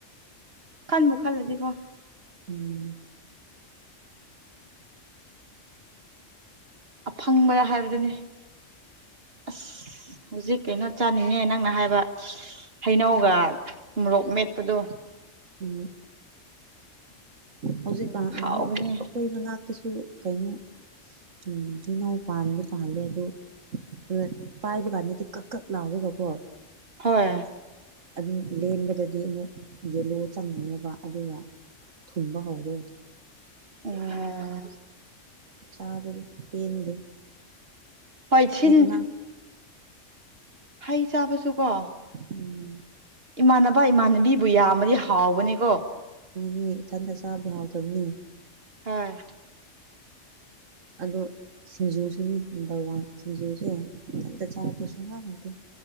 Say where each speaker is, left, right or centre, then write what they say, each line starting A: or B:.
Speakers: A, on the right; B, on the right.
A: ꯈꯟꯕꯨ ꯈꯜꯂꯗꯤꯀꯣ
B: ꯎꯝ
A: ꯑꯐꯪꯕꯗ ꯍꯥꯏꯕꯗꯨꯅꯤ ꯑꯁ ꯍꯧꯖꯤꯛ ꯀꯩꯅꯣ ꯆꯥꯅꯤꯡꯉꯦ ꯅꯪꯅ ꯍꯥꯏꯕ ꯍꯩꯅꯧꯒ ꯃꯣꯔꯣꯛ ꯃꯦꯠꯄꯗꯣ
B: ꯎꯝ ꯍꯧꯖꯤꯛꯀꯥꯟ
A: ꯍꯥꯎꯕꯅꯦ
B: ꯑꯥ ꯑꯈꯣꯏ ꯃꯅꯥꯛ ꯇꯁꯨ ꯀꯩꯅꯣ ꯎꯝ ꯍꯩꯅꯧ ꯄꯥꯟꯗꯤ ꯄꯥꯜꯂꯦ ꯑꯗꯣ ꯑꯗꯨ ꯄꯥꯏꯕ ꯀꯥꯟꯗꯗꯤ ꯀꯛ ꯀꯛ ꯂꯥꯎꯔꯒꯀꯣ
A: ꯍꯣꯏ
B: ꯑꯗꯨꯝ ꯂꯦꯟꯕꯗꯗꯤ ꯑꯃꯨꯛ ꯌꯦꯂꯣ ꯆꯪꯅꯦꯕ ꯑꯗꯨꯒ ꯊꯨꯝꯕ ꯍꯧꯔꯦ
A: ꯎꯝ
B: ꯆꯥꯕꯒꯤ ꯄꯦꯟꯗꯦ
A: ꯍꯣꯏ ꯁꯤꯟ
B: ꯑꯩ ꯑꯉꯥꯡ
A: ꯍꯩ ꯆꯥꯕꯁꯨ ꯀꯣ
B: ꯎꯝ
A: ꯏꯃꯥꯟꯅꯕ ꯏꯃꯥꯟꯅꯕꯤꯕꯨ ꯌꯥꯝꯃꯗꯤ ꯍꯥꯎꯕꯅꯤꯀꯣ
B: ꯃꯥꯅꯦ ꯏꯊꯟꯇ ꯆꯥꯕꯗꯤ ꯌꯥꯎꯇꯕꯅꯦ
A: ꯍꯣꯏ
B: ꯑꯗꯣ ꯁꯤꯡꯖꯨꯁꯨꯅꯤ ꯅꯝꯕꯔ ꯋꯥꯟ ꯁꯤꯡꯖꯨꯁꯦ ꯏꯊꯟꯇ ꯆꯥꯕꯁꯦ ꯁꯨꯡꯍꯥꯎꯍꯥꯎꯇꯦ